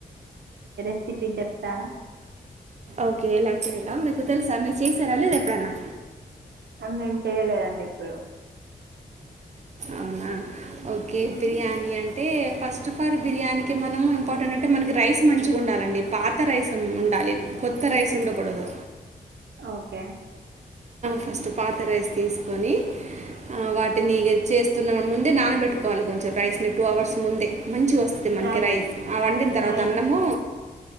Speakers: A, on the right (about 85°); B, on the right (about 40°).
A: రేసిపీ చెప్తారా
B: ఓకే ఎలా చేయలా, మీకు తెలుసా మీరు చేసారా లేదా ఎప్పుడన్నా.
A: మేం చెయ్యలేదండి ఎప్పుడు
B: అవునా ఒకే బిర్యానీ అంటే ఫాస్టఫాల్ బిర్యానీ కి మం ఇంపార్టెంట్ అంటే మనకి రైస్ మంచిగా ఉండాలండి, పాత రైస్ ఉండాలి కొత్త రైస్ ఉండకూడదు.
A: ఓకే
B: ఫస్ట్ పాత రైస్ తీసుకొని వాటిని చే స్తున్నా ముందు నానబట్టుకోవాలి కొంచెం రైస్ టూ అవర్స్ ముందే మంచిగా వస్తుంది, మనకి
A: రై రై
B: రైస్ ఆ
A: ర-
B: వండిన తర్వాత
A: రైస్
B: అన్నము,